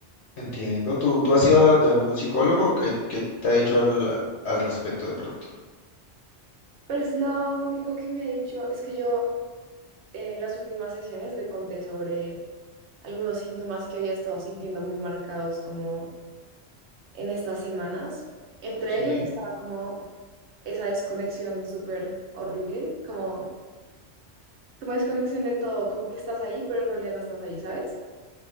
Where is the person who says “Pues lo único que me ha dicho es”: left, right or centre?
Right